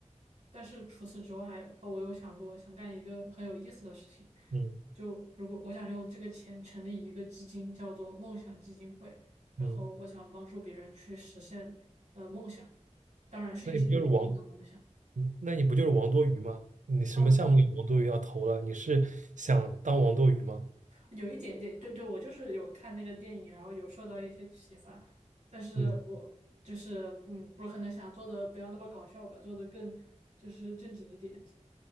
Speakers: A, on the right; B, on the right.
A: 但是除此之外，呃我有想过想干一个很有意思的事情，
B: 嗯
A: 就如果我想用这个钱成立一个基金，叫做梦想基金会，然后我想帮助别人去实现呃梦想，
B: 嗯，
A: 当然是一些有意义的梦想。
B: 那你不就是王？嗯那你不就是王多鱼吗？你什么项目有王多鱼要投了？
A: 啊，
B: 你是想当王多鱼吗？
A: 有一点点，对对，我就是有看那个电影，然后有受到一些启发，但是我就是嗯，
B: 嗯。
A: 我可能想做的不要那么搞笑吧，做的更就是正经一点，